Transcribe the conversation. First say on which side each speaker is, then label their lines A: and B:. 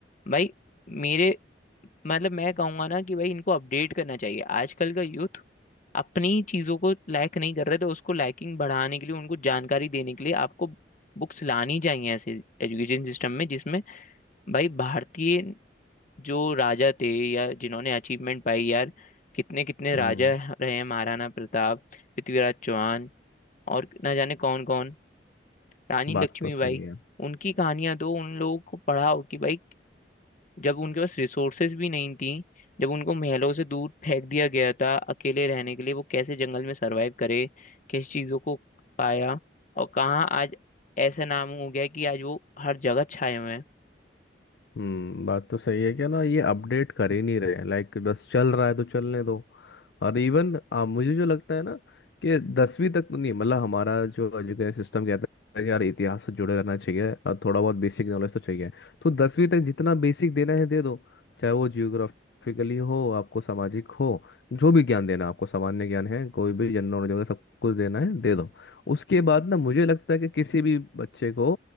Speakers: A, on the left; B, on the left.
A: भाई मेरे मतलब मैं कहूंगा ना कि भाई इनको अपडेट करना चाहिए आजकल का यूथ अपनी चीजों को लायक नहीं कर रहे तो उसको लाइकिंग बढ़ाने के लिए उनको जानकारी देने के लिए आपको बुक्स लानी चाहिए ऐसे एजुकेशन सिस्टम में जिसमें भाई भारतीय जो राजा थे या जिन्होंने अचीवमेंट पाई यार कितने कितने
B: हम्म
A: राजा रहे हैं महाराणा प्रताप पृथ्वीराज चौहान और ना जाने कौन कौन रानी
B: बात
A: लक्ष्मीबाई
B: तो सही है
A: उनकी कहानियां दो उन लोगों को पढ़ाओ कि भाई जब उनके पास रिसोर्सेज भी नहीं थी जब उनको महलों से दूर फेंक दिया गया था अकेले रहने के लिए वो कैसे जंगल में सरवाइव करे किस चीज़ों को पाया और कहाँ आज ऐसा नाम हो गया कि आज वो हर जगह छाए हुए हैं
B: हम्म बात तो सही है क्या ना ये अपडेट कर ही नहीं रहे लाइक बस चल रहा है तो चलने दो और इवन आ, मुझे जो लगता है ना कि दसवीं तक तो नहीं मतलब हमारा जो एजुकेशन सिस्टम कहता है कि यार इतिहास से जुड़े रहना चाहिए और थोड़ा बहुत बेसिक नॉलेज तो चाहिए तो दसवीं तक जितना बेसिक देना है दे दो चाहे वो जियोग्राफिकली हो आपको सामाजिक हो जो भी ज्ञान देना है, आपको सामान्य ज्ञान है कोई भी जनरल नॉलेज वगैरह सब कुछ देना है दे दो उसके बाद ना मुझे लगता है कि किसी भी बच्चे को